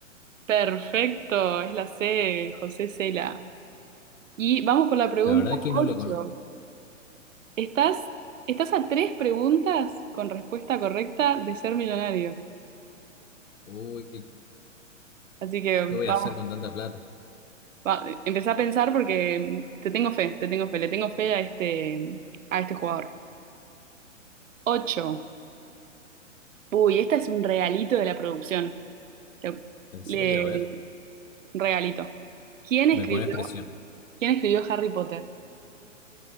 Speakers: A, on the right (about 75°); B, on the left (about 85°).
A: Perfecto, es la C, José Cela. Y vamos por la pregunta
B: La verdad que no
A: 8.
B: lo conozco.
A: ¿Estás, estás a tres preguntas con respuesta correcta de ser millonario?
B: Uy, ¿qué
A: Así que
B: voy
A: vamos,
B: a hacer con tanta plata?
A: va- empezá a pensar porque te tengo fe, te tengo fe, le tengo fe a este, a este jugador. Ocho, Uy, esta es un regalito de la producción. Le,
B: ¿En serio?
A: le-
B: A ver.
A: un regalito. ¿Quién escribió,
B: Me pone presión.
A: quién escribió Harry Potter?